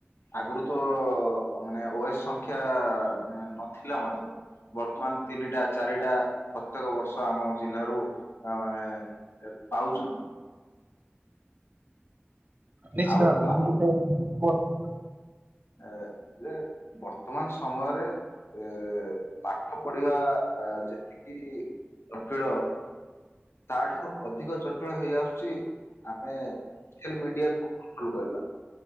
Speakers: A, on the left (about 75°); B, on the right (about 40°).
A: ଆଗରୁ ତ ମାନେ ଓଏସ୍ ସଂଖ୍ୟା ମାନେ ନଥିଲା ମଧ୍ୟ। ବର୍ତ୍ତମାନ ତିନିଟା ଚାରିଟା ପ୍ରତ୍ୟେକ ବର୍ଷ ଆମ ଜିଲ୍ଲାରୁ ଅ ମାନେ ପାଉଛ?
B: ନିଶ୍ଚିତ
A: ଆଉରି
B: ଭାବେ
A: କ
B: ମୁଁ ବି ତ କୁହନ୍ତୁ
A: ଏ ଯେ ବର୍ତ୍ତମାନ ସମୟରେ ଏ ପାଠ ପଢିବା ଯେତିକି ଜଟିଳ ତାଠାରୁ ଅଧିକ ଜଟିଳ ହେଇ ଆସୁଛି ଆମେ ସୋସିଆଲ ମିଡିଆକୁ କଣ୍ଟ୍ରୋଲ କରିବା।